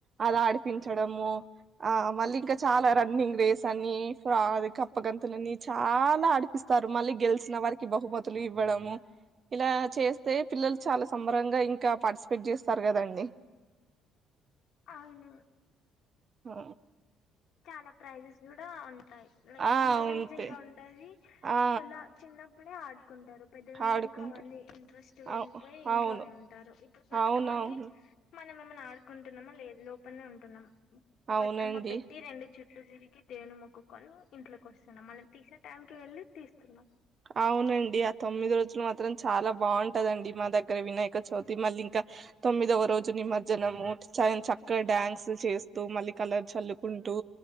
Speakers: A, on the right (about 45°); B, on the left (about 70°).
A: అద్ ఆడిపించడము ఆ మళ్ళీ ఇంకా చాలా రన్నింగ్ రేస్ అనీ ఆ అది కప్పగంతులని చాలా ఆడ్ ఇస్తారు మళ్ళీ గెలిసిన వారికి బహుమతులు ఇవ్వడము ఇలా చేస్తే పిల్లలు చాలా సంబరంగా ఇంకా పార్టిసిపేట్ చేస్తారు కదండి
B: అవును
A: ఆ
B: చాలా ప్రైజెస్ కూడా ఉంటాయి లైక్
A: ఆ
B: ఎంకరేజింగ్
A: అవును
B: గా ఉంటాది
A: ఆ
B: ఇలా చిన్నప్పుడే ఆడుకుంటారు పెద్దగైనాంకా
A: ఆడుకుంటు
B: అవన్నీ ఇంట్రెస్ట్ వెళ్ళిపోయి
A: అవు
B: ఇంట్లోనే
A: అవును
B: ఉంటారు ఇప్పుడు బతుకమ్మకి
A: అవునవును
B: మనం ఏమన్నా ఆడుకుంటున్నామ లేదు లోపలనే ఉంటున్నాము
A: అవునండి
B: బతుకమ్మ పెట్ ట్టి రెండు చుట్లు తిరిగి దేవుని మొక్కుకొని ఇంట్లోకి ఒస్తున్నాం మళ్ల తీసే టైంకి వెళ్ళి తీస్తున్నాం
A: అవునండి ఆ తొమ్మిది రోజులు మాత్రం చాలా బావుంటదండి మా దగ్గర వినాయక చవితి మళ్ళీ ఇంకా తొమ్మిదవ రోజు నిమజ్జనము చన్ చక్కగా డ్యాన్స్ చేస్తూ మళ్ళీ కలర్ చల్లుకుంటూ